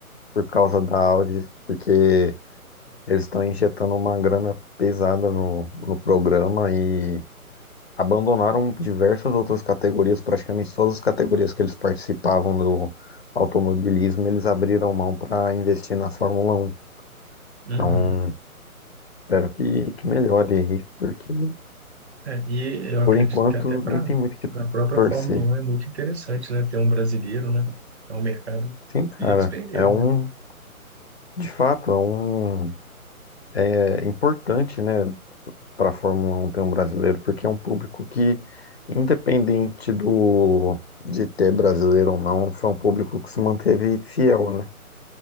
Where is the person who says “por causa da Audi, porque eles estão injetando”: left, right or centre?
Left